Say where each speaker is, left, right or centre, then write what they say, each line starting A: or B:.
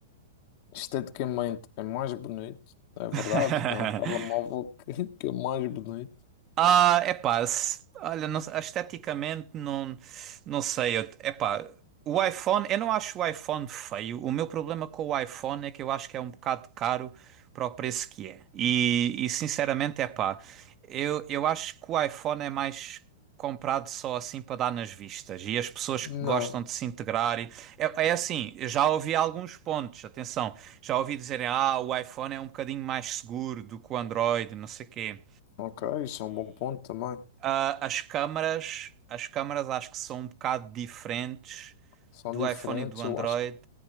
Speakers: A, on the left; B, on the right.
A: esteticamente é mais bonito, é verdade.
B: <laughs>
A: Tem um telemóvel <laughs> que, que é mais bonito.
B: Ah, é pá, se- olha, não- esteticamente não, não sei, é pá, o iPhone, eu não acho o iPhone feio, o meu problema com o iPhone é que eu acho que é um bocado caro para o preço que é, e, e sinceramente, é pá, eu, eu acho que o iPhone é mais comprado só assim para dar nas vistas, e as pessoas
A: Não,
B: que gostam de se integrar, e, é, é assim, eu já ouvi alguns pontos, atenção, já ouvi dizerem, ah, o iPhone é um bocadinho mais seguro do que o Android, não sei o quê,
A: ok, isso é um bom ponto também.
B: ah, as câmaras, as câmaras acho que são um bocado diferentes
A: São
B: do
A: diferentes.
B: iPhone e do Android.
A: Eu acho,